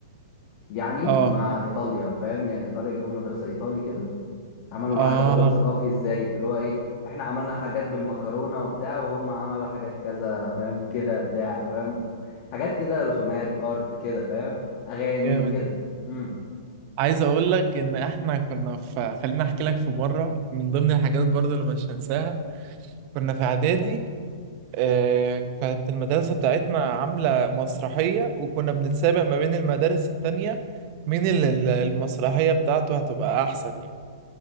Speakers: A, on the left; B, on the right.
A: يعني
B: اه
A: مع ايطاليا فاهم يعني ايطاليا جابوا مدرسه ايطالي كده عملوا
B: اه
A: معاها تبادل ثقافي ازاي اللي هو ايه احنا عملنا حاجات بالمكرونه وبتاع وهم عملوا حاجات كذا فاهم كده بتاع فاهم حاجات كده رسومات ارت كده فاهم اغاني
B: جامد
A: كده امم
B: عايز اقول لك ان احنا كنا في خليني احكي لك في مرة من ضمن الحاجات برضو اللي مش هنساها كنا في اعدادي آه، كانت المدرسة بتاعتنا عاملة مسرحية وكنا بنتسابق ما بين المدارس التانية مين ال- ال- المسرحية بتاعته هتبقى أحسن يعني